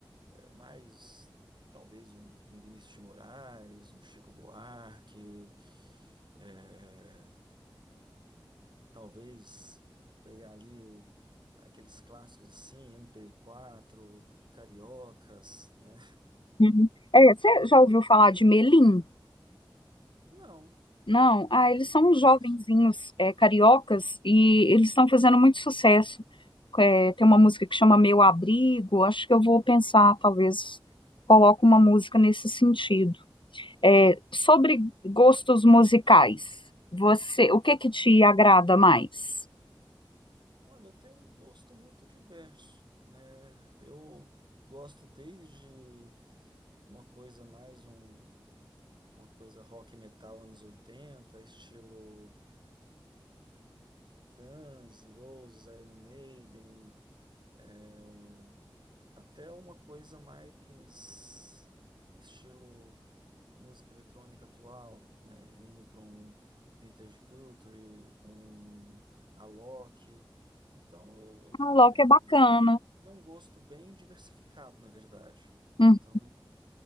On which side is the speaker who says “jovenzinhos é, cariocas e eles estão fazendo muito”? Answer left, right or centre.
Left